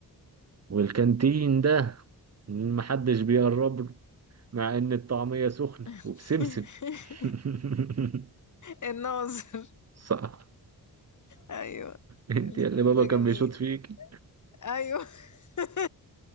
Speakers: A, on the right; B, on the left.
A: والكانتين ده محدش بيقرب له مع ان الطعمية سخنة
B: <laughs>
A: وبسمسم <laughs>
B: الناظر
A: صح
B: ايوه
A: انت
B: الفيلم
A: اللي بابا
B: ده
A: كان
B: جميل
A: بيشوط فيكي
B: ايوه <laughs>